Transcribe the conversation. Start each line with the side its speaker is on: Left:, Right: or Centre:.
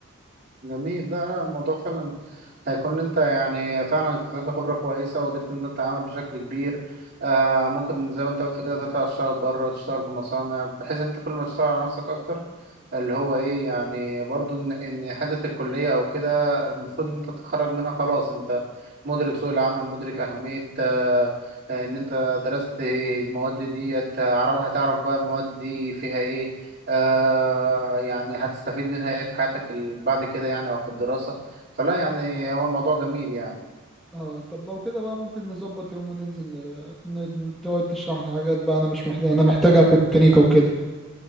Right: جميل لا لا الموضوع فعلا هيكون انت يعني فعلا اكتسبت خبرة كويسة وقدرت ان انت تتعامل بشكل كبير آه ممكن زي ما انت قلت كده تطلع تشتغل بره تشتغل في مصانع بحيث ان انت كل ما تشتغل على نفسك اكتر اللي هو ايه يعني برضو ان ان حته الكليه او كده المفروض ان انت تتخرج منها خلاص انت مدرك سوق العمل مدرك اهميه آه، آه، ان انت درست المواد دي هتعرف هتعرف بقى المواد دي فيها ايه آه يعني هتستفيد منها ايه في حياتك ال- بعد كده يعني او في الدراسه فلا يعني هو الموضوع جميل يعني
Centre: اه طب لو كده بقى ممكن نظبط يوم وننزل آه، ن- تقعد تشرح لي حاجات بقى انا مش محتاج انا محتاجها في الميكانيكا وكده